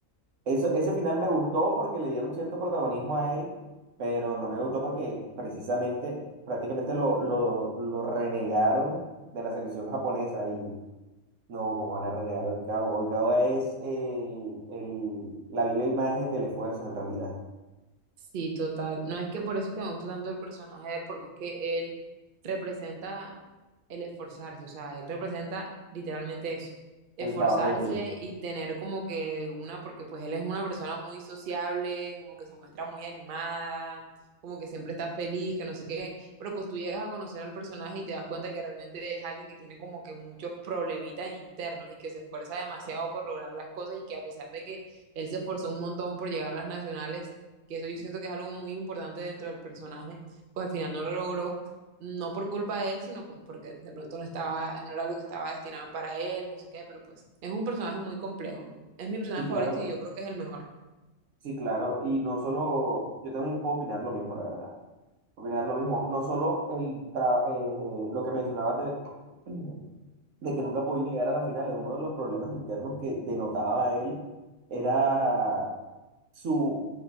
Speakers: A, on the right; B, on the right.
A: Eso, ese final me gustó porque le dieron cierto protagonismo a él, pero no me gustó porque precisamente, prácticamente lo, lo, lo renegaron de la selección japonesa y No, como van a renegar al cabo. El cabo es el, el, la viva imagen del esfuerzo, en realidad.
B: Sí, total. No es que por eso es que me gustó tanto el personaje de él, porque es que él representa el esforzarse, o sea, él representa literalmente eso, esforzarse
A: El trabajo duro.
B: y tener como que una, porque pues él es una persona muy sociable, como que se muestra muy animada, como que siempre está feliz, que no sé qué, pero pues tú llegas a conocer al personaje y te das cuenta que realmente es alguien que tiene como que muchos problemitas internos y que se esfuerza demasiado por lograr las cosas y que a pesar de que él se esforzó un montón por llegar a las nacionales, que eso yo siento que es algo muy importante dentro del personaje, pues al final no lo logró no por culpa de él, sino pues porque de pronto no estaba, no era lo que estaba destinado para él, no sé qué, pero pues es un personaje muy complejo. Es mi personaje
A: Sí, claro.
B: favorito y yo creo que es el mejor.
A: Sí, claro. Y no solo, yo también puedo opinar lo mismo, la verdad. Opinar lo mismo. No solo el tra- eh, lo que mencionabas de, <clears throat> de que nunca podía llegar a la final, es uno de los problemas internos que denotaba él. Era su